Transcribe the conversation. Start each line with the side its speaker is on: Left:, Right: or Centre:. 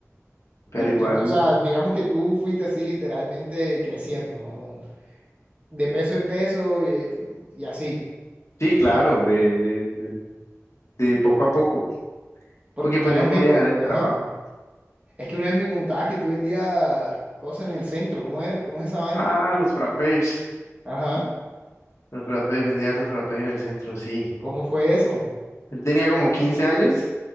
Left: Pero
Right: Pero
Left: igual,
Right: tú, o sea, digamos que tú fuiste así literalmente creciendo, ¿no? Como de peso en peso y, y así.
Left: sí, claro, de, de, de, de poco a poco,
Right: Porque
Left: porque
Right: una
Left: pues no
Right: vez
Left: podía
Right: me... co-
Left: dejar el
Right: Ajá.
Left: trabajo.
Right: Es que una vez me contabas que tú vendías cosas en el centro. ¿Cómo eres? ¿Cómo es esa vaina?
Left: Ah, los frappés.
Right: Ajá.
Left: Los frappés, vendía los frappés en el centro, sí.
Right: ¿Cómo fue eso? <laughs>
Left: Tenía como quince años,